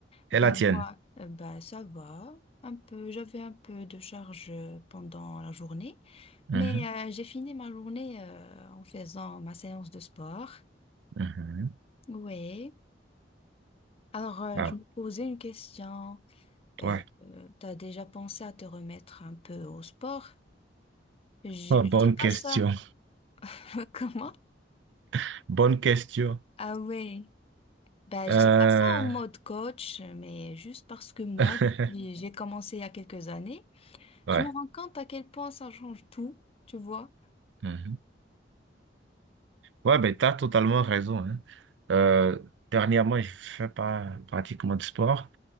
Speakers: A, on the right; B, on the left.
A: Et
B: Ben
A: la tienne?
B: moi, euh, ben ça va. Un peu, j'avais un peu de charge euh, pendant la journée,
A: Mhm,
B: mais euh, j'ai fini ma journée euh, en faisant ma séance de sport.
A: mhm.
B: Oui. Alors, euh,
A: Ah,
B: je me posais une question. Euh,
A: ouais.
B: euh, t'as déjà pensé à te remettre un peu au sport? Je,
A: Oh, bonne
B: je dis pas
A: question.
B: ça. <laughs> Comment?
A: <laughs> Bonne question.
B: Ah oui. bah
A: Euh,
B: je dis pas ça en mode coach, mais juste parce que moi,
A: <laughs>
B: depuis j'ai commencé il y a quelques années,
A: Ouais.
B: je me rends compte à quel point ça change tout, tu vois.
A: mhm. Ouais, ben, t'as totalement raison, hein. Euh, dernièrement, je fais pas pratiquement de sport.